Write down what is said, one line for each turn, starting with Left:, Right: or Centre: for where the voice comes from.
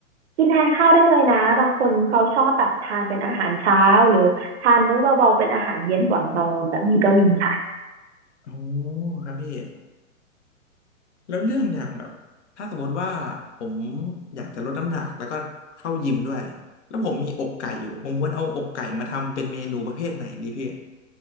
Right: กินแทนข้าวได้เลยนะ บางคนเขาชอบแบบทานเป็นอาหารเช้าหรือทานมื้อเบาๆเป็นอาหารเย็นก่อนนอนแบบนี้ก็มีค่ะ
Left: อ๋อครับพี่ แล้วเรื่องอย่างแบบถ้าสมมติว่าผมอยากจะลดน้ำหนักแล้วก็เข้ายิมด้วยแล้วผมมีอกไก่อยู่ผมควรเอาอกไก่มาทำเป็นเมนูประเภทไหนดีพี่